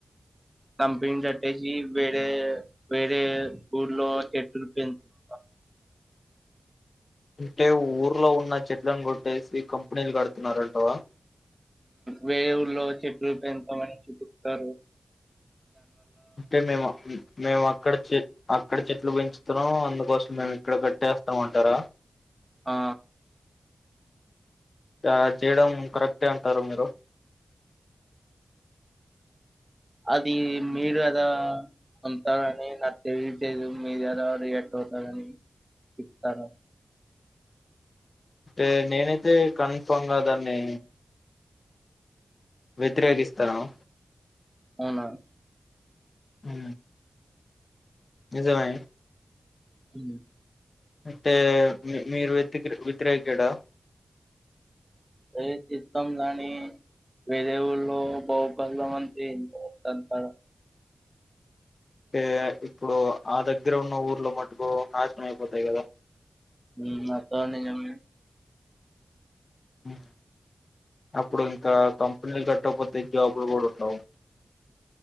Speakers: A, on the right (about 15°); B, on the left (about 60°).
A: కంపెనీ కట్టేసి వేరే వేరే ఊర్లో చెట్టులు పెంచుారు
B: అంటే ఊర్లో ఉన్న చెట్లను కొట్టేసి కంపెనీలు కడుతున్నారంటవా
A: వేల్లో చెట్లు పె ఎంత మని చుట్స్తారు
B: అంటే మేము మేము అక్కడ చే అక్కడ చెట్లు పెంచుతున్నాం అందుకోసం మేము ఇక్కడ కట్టేస్తామంటారా
A: ఆ
B: ఆ చేయడం కరెక్టే అంటారు మీరు
A: అది మీరు ఎదో అంటారు అని నాకు తెయట్లేదు మీరు ఎదో రియాట్ అవుతారని చెప్తారు
B: ఏ నేనైతే అయితే కన్ఫామ్ గ దాన్ని వ్యతిరేకిస్తాను
A: అవునా
B: ఉ నిజమే
A: ఊ
B: అంటే మీ మీరు వతికి వ్యతిరేకడా
A: ఏ చిత్తం రాని వేరే ఊలో బహుబల్ ఎంతో మంచి అంటారు
B: అంటే ఇప్పుడు ఆ దగ్గర ఉన్న ఊర్లో మటుకు నాశనం అయిపోతాయి కదా
A: ఊ అత్త అన్న నిజమే
B: ఉ అప్పుడు ఇంకా కంపెనీలు కట్టకపోతే జాబ్లు కూడా ఉండవు